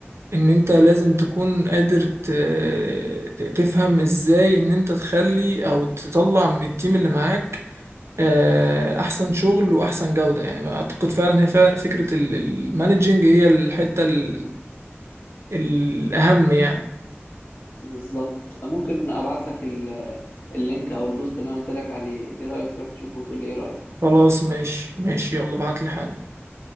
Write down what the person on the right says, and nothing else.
ان انت لازم تكون قادر ت- ت- تفهم ازاي ان انت تخلي او تطلع من التيم اللي معاك آه، احسن شغل واحسن جودة يعني اعتقد فعلا هي فعلا فكرة ال- المانجينج هي الحتة ال- الاهم يعني
خلاص ماشي ماشي يلا بعتلي حل